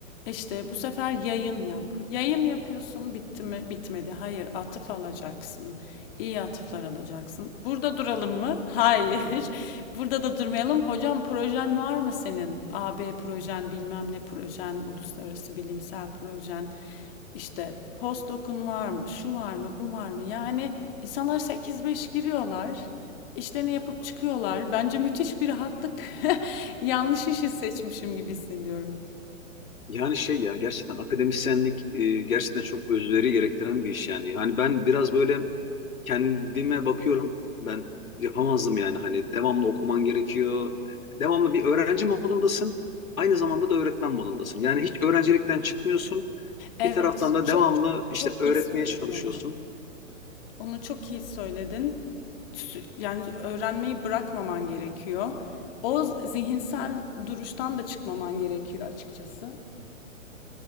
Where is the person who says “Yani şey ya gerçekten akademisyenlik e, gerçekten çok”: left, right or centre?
Left